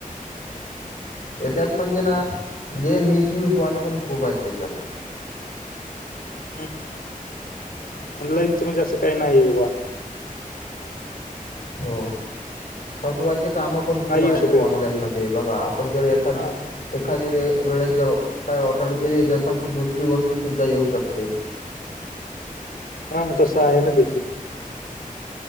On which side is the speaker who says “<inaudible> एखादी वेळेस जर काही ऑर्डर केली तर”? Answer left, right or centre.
Left